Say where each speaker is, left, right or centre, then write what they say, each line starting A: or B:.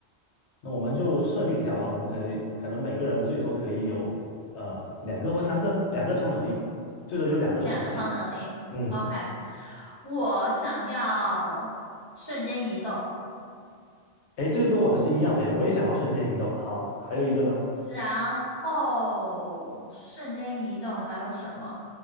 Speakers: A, on the left; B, on the left.
A: 那我们就设定一下吧，我们可以可能每个人最多可以有呃两个或三个，两个超能力吧，最多就两个超能力。
B: 两个超能力，OK。
A: 嗯，
B: 我想要瞬间移动，
A: 诶，这个跟我的是一样的呀，我也想要瞬间移动。好，还有一个呢
B: 然后瞬间移动还有什么？